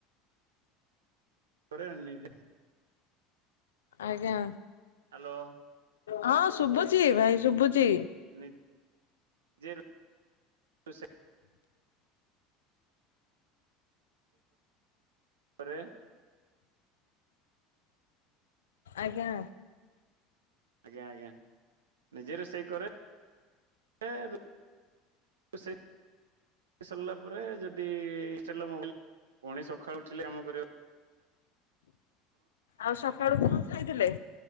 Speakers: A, on the right; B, on the left.
A: କରେ ନିଜେ।
B: ଆଜ୍ଞା।
A: ହ୍ୟାଲୋ
B: ହଁ ଶୁଭୁଛି ଭାଇ ଶୁଭୁଛି।
A: <unintelligible> କରେ।
B: ଆଜ୍ଞା।
A: ଆଜ୍ଞା ଆଜ୍ଞା ନିଜେ ରୋଷେଇ କରେ। <unintelligible> ସରିଲା ପରେ ଯଦି <unintelligible> ମୋବାଇଲ ପୁଣି ସକାଳୁ ଉଠିଲେ କାମ କରେ।
B: ଆଉ ସକାଳୁ କଁ ଖାଇଥିଲେ?